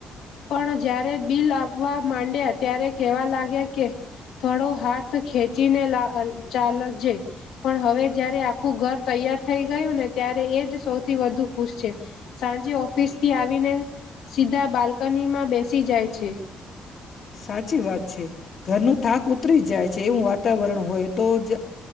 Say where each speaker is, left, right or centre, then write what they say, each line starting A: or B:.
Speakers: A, on the left (about 80°); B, on the left (about 55°).
A: પણ જ્યારે બિલ આપવા માંડ્યા ત્યારે કેવા લાગ્યા કે થોડો હાથ ખેચીને લા અ ચાલજે પણ હવે જયારે આખું ઘર તૈયાર થઈ ગયું ને ત્યારે એ જ સૌથી વધુ ખુશ છે. સાંજે ઓફિસથી આવીને સીધા બાલ્કનીમાં બેસી જાય છે.
B: સાચી વાત છે ઘરનો થાક ઉતરી જાય છે. એવું વાતાવરણ હોય તો જ